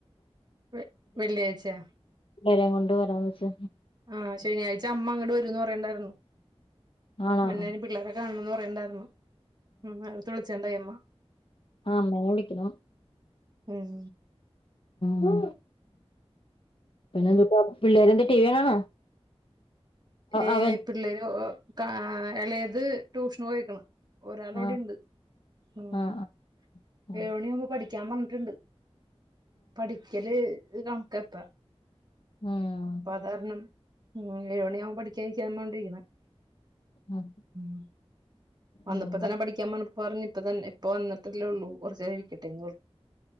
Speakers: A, on the right; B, on the left.
A: വെ വെള്ളിയാഴ്ചയാ
B: വരം കൊണ്ട് വരാന്ന് വച്ച്
A: ആ ശനിയാഴ്ച അമ്മ അങ്ങട്ട് വരൂന്ന് പറയേണ്ടായിരുന്നു
B: ആണോ
A: മന്നൻ
B: ആ
A: പിള്ളേരെ കാണണം ന്ന് പറ ഉണ്ടായിരുന്നു ഉം അതും വിളിച്ചു ഉണ്ടായിരുന്നു
B: ആ അമ്മ വിളിക്കണം
A: ഉം.
B: മ് പിന്നെന്തുട്ടാ പിള്ളേരെന്തേ ടിവി കാണാണോ
A: ഏ
B: അവൻ
A: പിള്ളേരു ഓ കാ ഇളയത് ട്യൂഷൻ പോയിക്കണ് ഒരാൾ ഇവിടെണ്ട്
B: ആ
A: മ്
B: ആ ആ ആ ഉം.
A: ഏഴു മണിയവുമ്പോ പഠിക്ക വിളിക്കാൻ വന്നിട്ടുണ്ട് പഠിക്കൽ ഇത് കണക്കത്ത
B: ഉം.
A: പാധാരണം ഉം ഏഴ് മണി ആവും പഠിക്കാ ഇരിക്കാ <unintelligible>
B: ഉം.
A: മ് വന്നപ്പ
B: ഉം.
A: തന്നെ പഠിക്കാ <unintelligible> പറഞ്ഞിപ്പത്തന്നെ ഇപ്പോ വന്നിട്ടല്ലേ ഒള്ളൂ കൊറച്ചേരം ഇരിക്കട്ടെന്ന് പറ